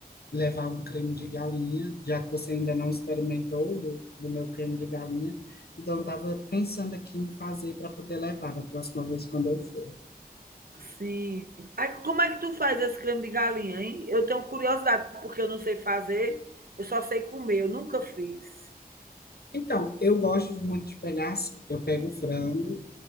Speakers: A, on the left; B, on the right.
A: levar um creme de galinha, já que você ainda não experimentou do, do meu creme de galinha. Então, estava pensando aqui em fazer para poder levar da próxima vez quando eu for.
B: Sim. Aí como é que tu faz esse creme de galinha, hein? Eu tenho curiosidade, porque eu não sei fazer, eu só sei comer, eu nunca fiz.
A: Então, eu gosto muito de pegar assim, eu pego o frango,